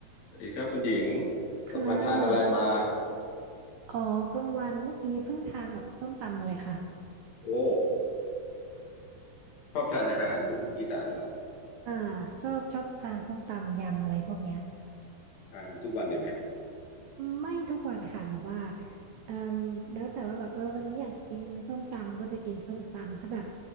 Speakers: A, on the left (about 45°); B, on the right (about 75°).
A: สวัสดีครับคุณหญิง
B: ค่ะ
A: กลางวันทานอะไรมา
B: อ๋อกลางวันเมื่อกี้เพิ่งทานแบบส้มตำมาเลยค่ะ
A: โอ้ชอบทานอาหารอีสานเหรอ
B: อ่าชอบชอบทานส้มตำยำอะไรพวกเนี้ย
A: ทานทุกวันเลยไหม
B: ไม่ทุกวันค่ะแบบว่าเอ่อแล้วแต่ว่าแบบเออวันนี้อยากกินส้มตำก็จะกินส้มตำถ้าแบบ